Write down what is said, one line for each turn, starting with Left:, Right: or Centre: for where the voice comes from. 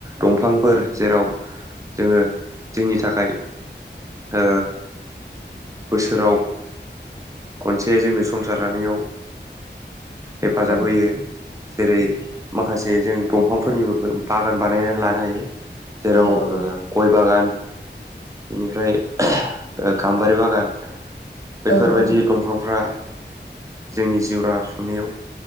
Right: दंफांफोर जेराव जोङो जोंनि थाखाय ओ बोसोराव खनसे जोंनो संसार जानायाव हेफाजाब
Left: औ
Right: होयो जेरै माखासे जों दंफांफोरनिबो बागान बानायनानै लानो हायो। जेराव
Left: औ
Right: ओ गय बागान इनिफ्राय ओ गाम्बारि बागान। बेफोरबायदि
Left: औ
Right: दंफांफ्रा जोंनि जिउ राहा खुंनायाव